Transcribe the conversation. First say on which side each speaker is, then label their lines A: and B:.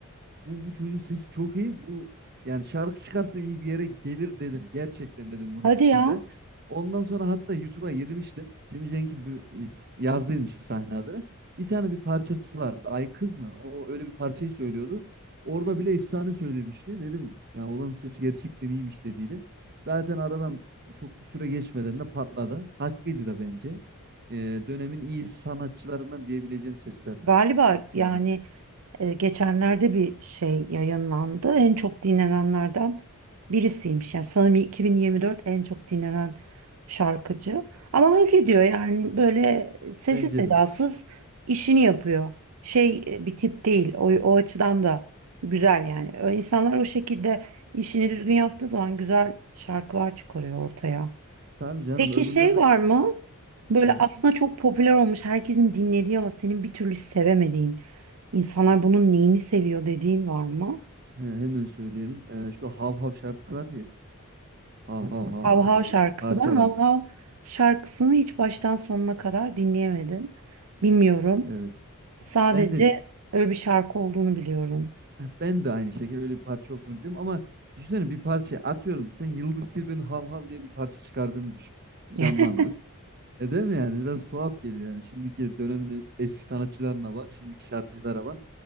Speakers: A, on the right (about 45°); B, on the right (about 75°).
A: bu, bu çocuğun sesi çok iyi. Bu yani şarkı çıkarsa iyi bir yere gelir dedim. Gerçekten dedim bunu
B: Hadi
A: içimde.
B: ya.
A: Ondan sonra hatta YouTube'a girmiştim. Cem Cenk'in bir- yazdıydım işte sahne adını. Bir tane bir parçası vardı. Ay kız mı? O öyle bir parçayı söylüyordu. Orada bile efsane söylemişti. Dedim ya olan sesi gerçekten iyiymiş dediydim. Zaten aradan çok bir süre geçmeden de patladı. Haklıydı da bence. Ee, dönemin iyi sanatçılarından diyebileceğim seslerden
B: Galiba
A: Cem
B: yani
A: Cenk.
B: E, geçenlerde bir şey yayınlandı. En çok dinlenenlerden birisiymiş. Yani sanırım 2024 en çok dinlenen şarkıcı. Ama hak ediyor yani böyle sessiz
A: Bence
B: sedasız
A: de.
B: işini yapıyor. Şey e, bir tip değil. O, o açıdan da güzel yani. Ö- İnsanlar o şekilde işini düzgün yaptığı zaman güzel şarkılar çıkarıyor ortaya.
A: Tabii canım
B: Peki
A: öbürlerine
B: şey var mı? Böyle
A: Evet.
B: aslında çok popüler olmuş, herkesin dinlediği ama senin bir türlü sevemediğin, insanlar bunun neyini seviyor dediğin var mı?
A: He, hemen söyleyelim. Ee, şu Hav Hav şarkısı var ya. Hav Hav Hav
B: Hav
A: Hav
B: Hav
A: diye
B: şarkısı.
A: bir parça
B: Ben Hav
A: var.
B: Hav şarkısını hiç baştan sonuna kadar dinleyemedim. Bilmiyorum.
A: Evet.
B: Sadece
A: Ben de
B: öyle bir şarkı olduğunu biliyorum.
A: ben de aynı şekilde öyle bir parça olduğunu biliyorum ama düşünsene bir parça atıyorum. Sen Yıldız Tilbe'nin Hav Hav diye bir parça çıkardığını düşün.
B: <laughs>
A: Canlandır. E değil mi yani? Biraz tuhaf geliyor yani. Şimdiki dönemin eski sanatçılarına bak. Şimdiki şarkıcılara bak.